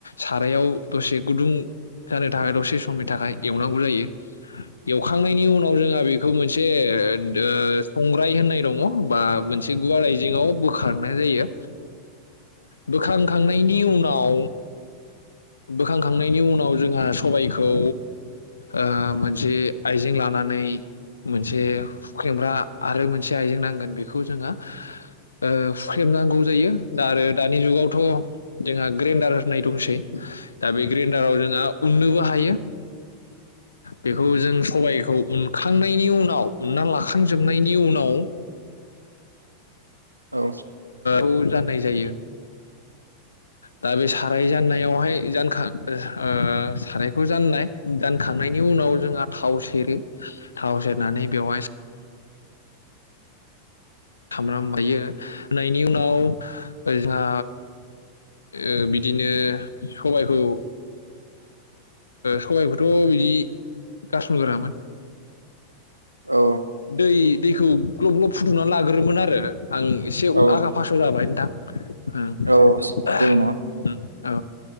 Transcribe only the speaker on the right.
औ।
औ।।
औ
औ
जेबो नङा